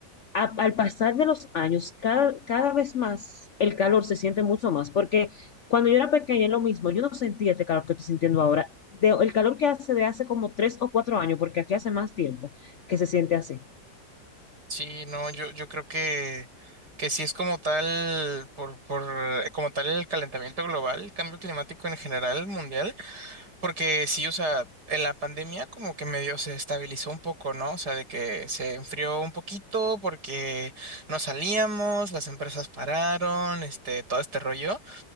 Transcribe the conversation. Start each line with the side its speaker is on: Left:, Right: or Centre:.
Left: a- al pasar de los años, cada, cada vez más el calor se siente mucho más, porque cuando yo era pequeña es lo mismo, yo no sentía este calor que estoy sintiendo ahora, de- el calor que hace de hace como tres o cuatro años, porque aquí hace más tiempo que se siente así.
Right: Sí, no, yo, yo creo que, que sí es como tal, por, por, eh, como tal el calentamiento global, el cambio climático en general mundial, porque sí, o sea, en la pandemia como que medio se estabilizó un poco, ¿no? O sea, de que se enfrió un poquito porque no salíamos, las empresas pararon, este, todo este rollo.